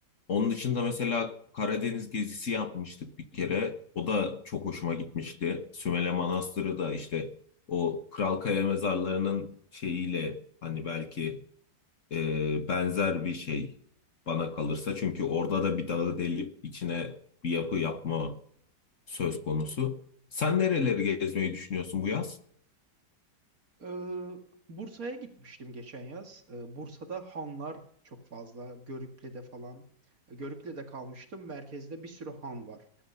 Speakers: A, on the left; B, on the right.
A: Onun dışında mesela Karadeniz gezisi yapmıştık bir kere. O da çok hoşuma gitmişti. Sümele Manastırı da işte o Kralkaya mezarlarının şeyiyle hani belki e, benzer bir şey bana kalırsa. Çünkü orada da bir dağı delip içine bir yapı yapma söz konusu. Sen nereleri gezmeyi düşünüyorsun bu yaz?
B: Ee, Bursa'ya gitmiştim geçen yaz. Ee, Bursa'da hanlar çok fazla. Görükle'de falan. Ee, Görükle'de kalmıştım. Merkezde bir sürü han var.